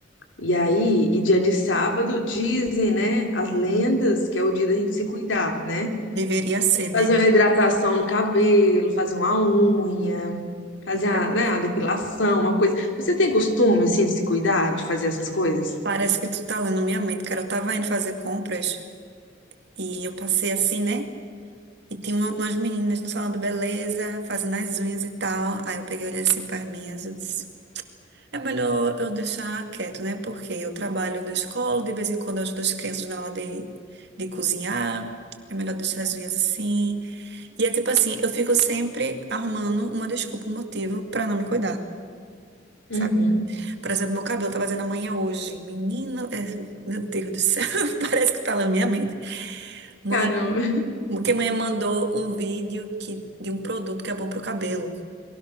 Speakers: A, on the left (about 75°); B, on the right (about 65°).
A: E aí, e dia de sábado, dizem, né? As lendas que é o dia da gente se cuidar, né?
B: Deveria ser, né?
A: Fazer uma hidratação no cabelo, fazer uma unha, fazer
B: Não quero
A: a,
B: nem
A: né, uma
B: falar.
A: depilação, uma coisa. Você tem costume, assim, de se cuidar, de fazer essas coisas?
B: Parece que tu tá lendo minha mente, cara. Eu tava indo fazer compras e eu passei assim, né? E tinha uma- umas meninas no salão de beleza, fazendo as unhas e tal. Aí eu peguei e olhei assim para minhas. Eu disse, é melhor eu deixar quieto, né? Porque eu trabalho na escola, de vez em quando eu ajudo as crianças na aula de, de cozinhar. É melhor deixar as unhas assim. E é tipo assim, eu fico sempre arrumando uma desculpa, um motivo pra não me cuidar,
A: Uhum.
B: sabe? Por exemplo, meu cabelo tava fazendo amanhã hoje. Menino, é, meu Deus do céu, <laughs> parece que tá lá na minha mente. Mãe,
A: Caramba.
B: porque mãe mandou um vídeo que, de um produto que é bom pro cabelo.